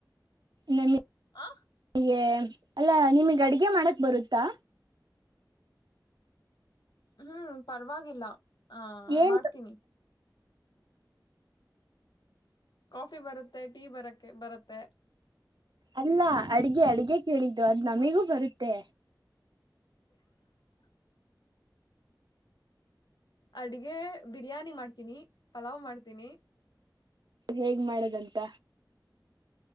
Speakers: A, on the right; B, on the left.
A: ನಮಗೆ
B: ಆ
A: ಅಲ್ಲ ನಿಮಗ್ ಅಡಗೆ ಮಾಡಕ್ ಬರುತ್ತಾ
B: ಹ್ಮ್ ಪರವಾಗಿಲ್ಲ ಆ
A: ಏನ್
B: ಮಾಡ್ತೀನಿ ಕಾಫಿ ಬರುತ್ತೆ ಟೀ ಬರಕ್ಕೆೆ ಬರುತ್ತೆ
A: ಅಲ್ಲ ಅಡ್ಗೆ ಅಡ್ಗೆ ಕೇಳಿದ್ದು ಅದ್ ನಮಿಗೂ
B: ಹ್ಮ್
A: ಬರುತ್ತೆ
B: ಅಡ್ಗೆ ಬಿರಿಯಾನಿ ಮಾಡ್ತೀನಿ ಪಲಾವ್ ಮಾಡ್ತೀನಿ
A: ಹೇಗ್ ಮಾಡದಂತ